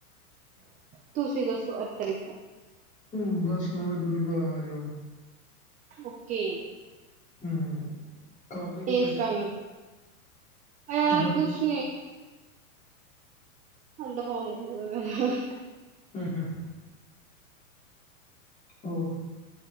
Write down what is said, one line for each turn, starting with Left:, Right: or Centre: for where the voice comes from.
Right: ਤੁੂੰਸੀਂ ਦੱਸੋ ਅਤਰ
Left: ਹਮ ਬੱਸ ਮੈਂ ਵੀ ਡਿਊਟੀ ਤੋਂ ਆਯਾ ਹਜੇ ਹੁਣ ।
Right: ਓਕੇ।
Left: ਹਮ। ਕਰਦੇ ਕੀ ਪਏ
Right: ਇਸ
Left: ਤੁਸੀ
Right: ਟਾਈਮ ਯਾਰ
Left: ਹਾਂਜੀ।
Right: ਕੁਛ ਹੇਡ ਫੋਣ <inaudible>
Left: ਹੂੰ-ਹੂੰ, ਹੋਰ।